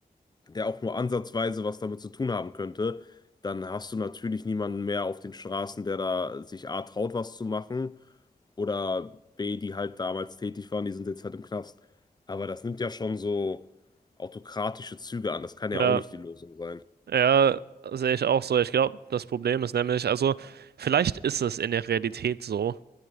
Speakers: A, on the left; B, on the right.
A: der auch nur ansatzweise was damit zu tun haben könnte, dann hast du natürlich niemanden mehr auf den Straßen, der da sich A traut, was zu machen Oder B, die halt damals tätig waren, die sind jetzt halt im Knast. Aber das nimmt ja schon so autokratische Züge an. Das kann
B: ja,
A: ja auch nicht die Lösung sein.
B: ja, sehe ich auch so. Ich glaube, das Problem ist nämlich, also, vielleicht ist es in der Realität so,